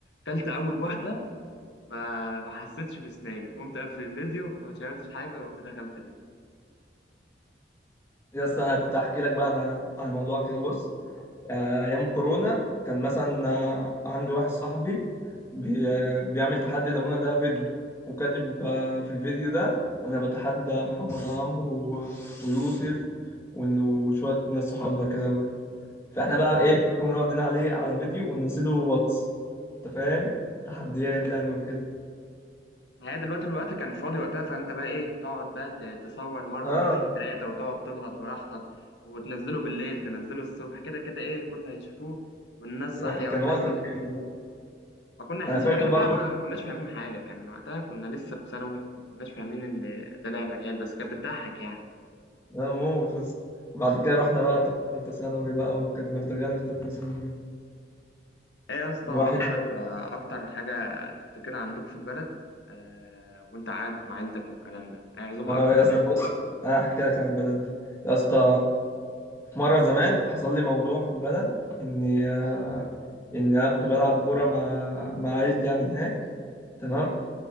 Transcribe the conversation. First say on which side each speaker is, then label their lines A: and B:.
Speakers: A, on the left; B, on the left.
A: كلت اول واحده ما ما حسيتش بسناني قمت قافل الفيديو ما شاهدتش حاجه وقمت دخلت
B: يا اسطى انا كنت احكي لك بقى انا على موضوع كده بص آه، ايام كورونا كان مثلا آه، عندي واحد صاحبي بي آه، بيعمل تحدي الليمونه ده فيديو وكاتب آه، في الفيديو ده انا بتحدى محمد عمرو و- ويوسف وإن- وشويه ناس صحابنا كده فاحنا بقى ايه نكون راضيين عليه على فيديو وننزله واتس انت فاهم تحديات يعني وكده
A: ما هي دلوقتي الوقت كان فاضي وقتها فانت بقى ايه تقعد بقى ت- تصور مره
B: اه
A: واتنين وتلاته وتقعد تغلط براحتك وتنزله بالليل تنزله الصبح كده كده ايه كله هيشوفوه والناس
B: يعني
A: صاحيه
B: كان
A: والناس
B: وقت جامد
A: نايمه
B: بقى.
A: فكنا عيال
B: انا فاكر
A: صغيره
B: برضو
A: بقى ما كناش فاهمين حاجه كان وقتها كنا لسه في ثانوي فما كناش فاهمين ان ده لعب عيال بس كانت بتضحك يعني
B: اه موت يا اسطى. وبعد كده رحنا بقى تالتة ثانوي بقى وكانت مردغانا في تالتة ثانوي
A: ايه يا اسطى
B: الواحد
A: اكتر اكتر حاجه تفتكرها عندك في البلد آه وانت قاعد مع عيلتك والكلام ده اي عزومه
B: اه
A: اكتر
B: يا اسطى بص انا هحكي لك على البلد ده يا اسطى في مرة زمان حصل لي موضوع في البلد اني آه، ان انا كنت بلعب كورة مع مع عيلتي يعني هناك تمام